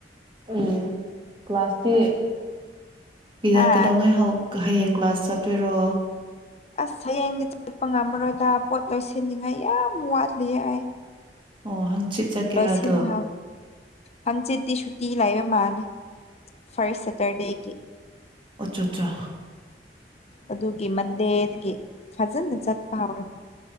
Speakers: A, on the right (about 30°); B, on the left (about 40°).
A: ꯎꯝ ꯀ꯭ꯂꯥꯁꯇꯤ ꯄꯤꯔꯛꯀꯩꯗꯧꯉꯩ
B: ꯍꯥ
A: ꯍꯧ ꯍꯌꯦꯡ ꯀ꯭ꯂꯥꯁ ꯆꯠꯇꯣꯏꯔꯣ
B: ꯑꯁ ꯍꯌꯦꯡꯗꯤ ꯆꯠꯄ ꯉꯝꯃꯔꯣꯏꯗ ꯄꯣꯠ ꯂꯣꯏꯁꯤꯟꯅꯤꯉꯥꯏ ꯌꯥꯝ ꯋꯥꯠꯂꯤ ꯑꯩ
A: ꯑꯣ ꯍꯪꯆꯤꯠ ꯆꯠꯀꯦꯔꯥ
B: ꯂꯣꯏꯁꯤꯟꯍꯣ
A: ꯑꯗꯣ
B: ꯍꯪꯆꯤꯠꯗꯤ ꯁꯨꯇꯤ ꯂꯥꯏꯕ ꯃꯥꯜ ꯐꯔꯁ ꯁꯇꯔꯗꯦꯒꯤ
A: ꯑꯆꯥ ꯑꯆꯥ
B: ꯑꯗꯨꯒꯤ ꯃꯟꯗꯦꯗꯒꯤ ꯐꯖꯅ ꯆꯠꯄ ꯍꯧꯔꯥꯅꯤ